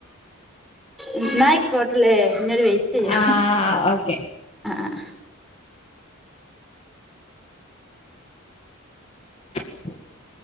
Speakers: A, in the centre; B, on the left (about 30°).
A: ഇന്നാ ആയിക്കോട്ടലെ ഇന്നെ ഓല് വെയ്റ്റ് ചെയ്യ
B: ആഹ് ഓക്കെ
A: ആ
B: <unintelligible>